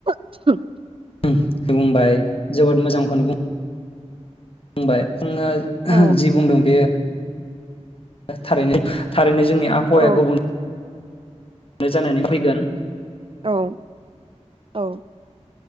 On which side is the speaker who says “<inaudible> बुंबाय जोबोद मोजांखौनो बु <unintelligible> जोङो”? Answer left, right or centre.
Left